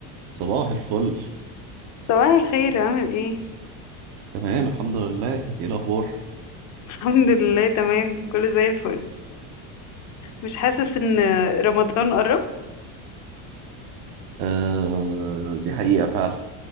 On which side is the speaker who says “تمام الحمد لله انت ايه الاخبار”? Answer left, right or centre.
Right